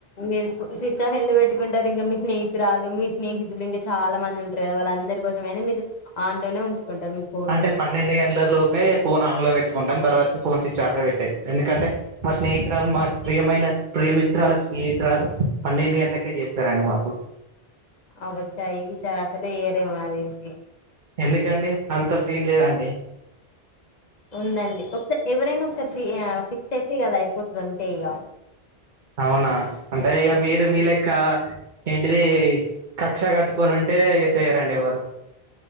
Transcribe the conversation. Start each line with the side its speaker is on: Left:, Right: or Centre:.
Left: మీరు స్విచ్ ఆఫ్ ఎందుకు పెట్టుకుంటారు ఇంకా మీ స్నేహితురాలు మీ స్నేహితులు ఇంకా చాలా మంది ఉంటారు కదా వాళ్ళు అందరి కోసమనా మీరు లోనే ఉంచుకుంటారు మీ ఫోన్
Right: అంటే
Left: ని
Right: పన్నెండు గంటల లోపే ఫోన్ ఆన్ లో ంటాం తర్వాత ఫోన్స్ ఇచ్చాక పెట్టేస్తారు ఎందుకంటే మా స్నేహిరాలు మా ప్రియమైన ప్రియమిత్రాల స్నేహితురాలు పన్నెండు గంటలకే చేస్తారండి మాకు
Left: అబ్బ చా ఈసారి అసలే చేయరేమో నాకు తెలిసి
Right: ఎందుకండి అంత సీన్ లేదండి
Left: ఉందండి ఒకసారి ఎవరైనా ఒకసారి ఫి ఫిక్స్ అయితే అది అయిపోతుంది అంటే ఇక
Right: అవునా అంటే ఇక మీరు మీ లేక ఏంటిది కక్ష కట్టుకొని ఉంటే టె ఇ చెయరండి ఎవరు